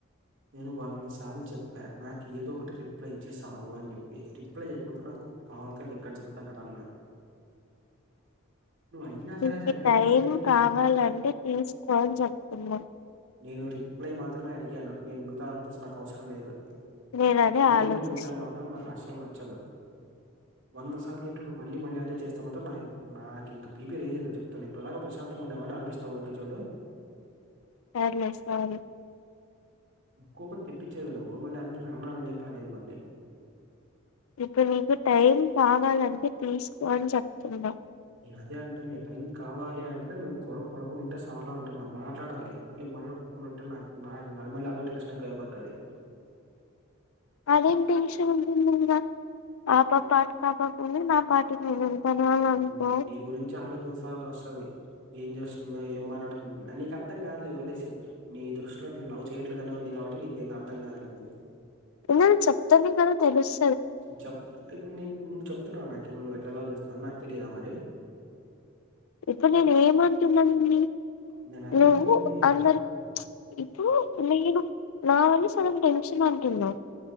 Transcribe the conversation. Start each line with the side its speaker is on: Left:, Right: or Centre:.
Right: నేను వంద సార్లు చెప్పా నాకు ఏదో ఒకటి రిప్లై ఇచ్చేసావు అని చెప్పి రిప్లై చేయకపోతే నాకు కాల్తాది ఎక్కడ చికుతే అక్కడ అన్నా నువ్వు అయినా సరే
Left: నీకి
Right: సైలెంట్గా
Left: టైం
Right: ఉంటే నే
Left: కావాలంటే తీసుకో అని చెప్తున్నా
Right: నేను రిప్లై మాత్రమే అడిగాను నేను మిగతా అంత నాకు అవసరం లేదు
Left: నేను అదే
Right: సైలెంటుగుంటే
Left: ఆలోచిస్తా
Right: మాత్రం నాకు అసలు నచ్చదు వంద సార్లు చెప్పినప్పుడు నువ్ మళ్ళి మళ్ళి అదే చేస్తే మాత్రం నాకు ఇంక పీపీ రేజైతది చెప్తన్నా ఇప్పాడి దాక ప్రశాంతంగ ఉండే నిఏమన్నా అర్పిస్తావ్ ఊరికో చోటు
Left: సర్లే సారీ
Right: కోపం తెప్పించేదే నువ్వు మళ్ళీ అ అన్నానని చెప్పి అనేది మళ్ళీ
Left: ఇప్పుడు నీకు టైం కావాలంటే తీసుకో అని చెప్తున్నా
Right: నేను అదే అంటాంది టైం కావాలి అంటే నువ్ గొడవ పడుకుండా ఉంటే చాలా అంటున్నా మాట్లాడాలి మళ్ళీ మటడ్ కునుటే నాక్ నాక్ మళ్ళ అదో టెక్షన్ ఐపోతది
Left: అదేం టెన్షన్ ఉంటుంది ఇంగ ఆ పాప అటు పక్కకుంది నా పాటిలి నేను ఉంటాను అని
Right: హు
Left: అనుకో
Right: నీ గురించి ఆలోచిస్త నోస్తది ఏం చేస్తుందో ఏం మాట్లాడుతుందో నీకు అర్థం కాదు లే వదిలేసై నీ దృష్టిలో నేను లవ్ చేయట్లేదని ఉంది కా ట్టి నీకేం అర్థం కాదు లే వదిలేయ్
Left: ఏమైనా చెప్తేనే కదా తెలుస్
Right: చెప్ ఇప్పుడు న్ ను్ చెప్తున్నావ నాకేమన నువ్ ఎట్లా లవ్ చేస్తున్నా అని నాకు తెలీదా మరి
Left: ఇప్పుడు నేను ఏమంటున్నా నిన్ని
Right: నేను అదే
Left: నువ్వు
Right: అంటుంది.
Left: అందరు ఇప్పు నేను నా వళ్ళ సగం టెన్షన్ అంటున్నవ్